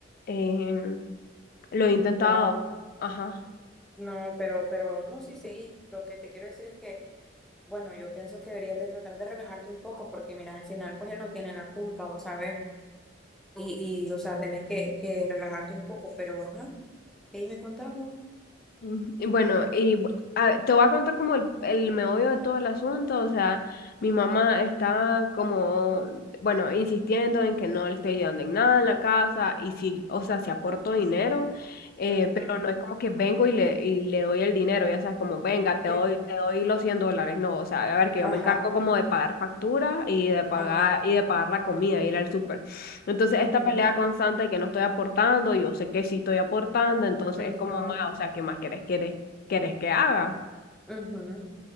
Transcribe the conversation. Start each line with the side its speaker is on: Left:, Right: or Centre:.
Left: Eh, lo he intentado,
Centre: no,
Left: ajá.
Centre: no, pero, pero, no, sí, sí, lo que te quiero decir es que, bueno, yo pienso que deberías de tratar de relajarte un poco porque, mira, al final, pues él no tiene la culpa, vos sabés, y, y, o sea, tenés que, que relajarte un poco, pero, ajá, E me contando.
Left: Mm, y Bueno, y bu- a- te voy a contar como el, el meollo de todo el asunto, o sea, mi mamá está como, bueno, insistiendo en que no le estoy ayudando en nada en la casa, y sí, o sea, sí aporto dinero, eh,
Centre: Ujú,
Left: pero no es como que vengo y le, y le doy el dinero, ya sabes, como, venga, te
Centre: Sí.
Left: doy, te doy los 100 dólares, no, o sea, a ver, que yo
Centre: Ajá,
Left: me encargo como de pagar facturas y de pagar,
Centre: ajá.
Left: y de pagar la comida, ir al súper. Entonces,
Centre: ujú,
Left: esta pelea constante de que no estoy aportando, yo sé que sí estoy aportando, entonces
Centre: ujú,
Left: es como más, o sea, ¿qué más querés, querés, querés que haga?
Centre: ujú.